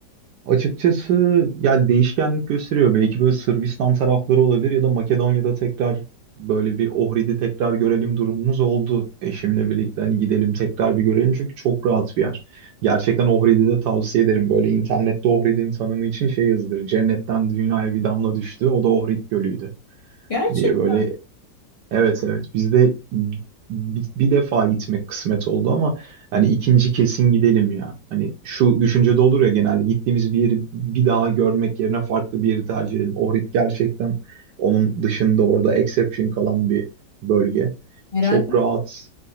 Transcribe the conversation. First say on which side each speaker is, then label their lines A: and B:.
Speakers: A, on the right; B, on the left.
A: Açıkçası yani değişkenlik gösteriyor. Belki böyle Sırbistan tarafları olabilir ya da Makedonya'da tekrar böyle bir Ohrid'i tekrar görelim durumumuz oldu. Eşimle birlikte hani gidelim tekrar bir görelim çünkü çok rahat bir yer. Gerçekten Ohrid'i de tavsiye ederim. Böyle internette Ohrid'in tanımı için şey yazılır. Cennetten dünyaya bir damla düştü. O da Ohrid Gölü'ydü
B: Gerçekten
A: diye böyle Evet evet bizde bir, bir defa gitmek kısmet oldu ama hani ikinci kesin gidelim ya. Hani şu düşünce de olur ya genelde gittiğimiz bir yeri bir daha görmek yerine farklı bir yeri tercih edelim. Ohrid gerçekten onun dışında orada exception kalan bir bölge.
B: merak
A: Çok
B: ettim.
A: rahat